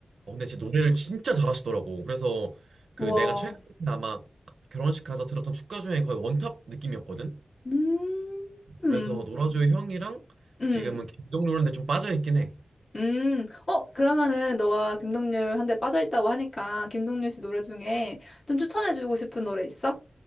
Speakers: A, on the right; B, on the left.
A: 근데 진짜 노래를 진짜 잘하시더라고. 그래서 그
B: 우와.
A: 내가 최근에 아마 결혼식 가서 들었던 축가 중에 거의 원탑 느낌이었거든.
B: 음, 음,
A: 그래서 노라조의 형이랑
B: 음,
A: 지금은 김동률한테 좀 빠져있긴 해.
B: 음. 어, 그러면은 너가 김동률 한 대 빠져있다고 하니까 김동률 씨 노래 중에 좀 추천해주고 싶은 노래 있어?